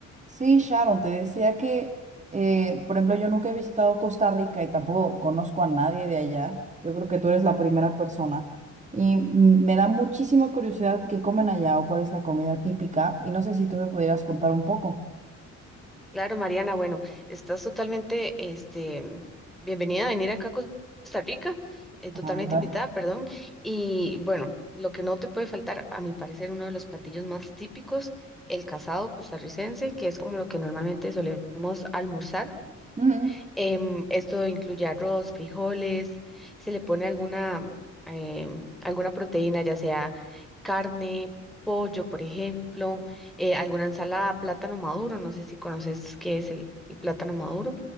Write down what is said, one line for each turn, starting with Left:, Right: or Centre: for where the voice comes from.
Right: Sí, Sharon, te decía que, eh, por ejemplo, yo nunca he visitado Costa Rica y tampoco conozco a nadie de allá. Yo creo que tú eres la primera persona. Y mm, me da muchísima curiosidad qué comen allá o cuál es la comida típica. Y no sé si tú me pudieras contar un poco.
Centre: Claro, Mariana, bueno, estás totalmente, este, bienvenida a venir acá a Costa Rica, eh, totalmente
Right: La verdad.
Centre: invitada, perdón. Y bueno, lo que no te puede faltar, a mi parecer, uno de los platillos más típicos, el casado costarricense, que es como lo que normalmente solemos almorzar.
Right: Ujú.
Centre: Em, esto incluye arroz, frijoles, se le pone alguna, em, alguna proteína, ya sea carne, pollo, por ejemplo, eh, alguna ensalada, plátano maduro, no sé si conoces qué es el, el plátano maduro.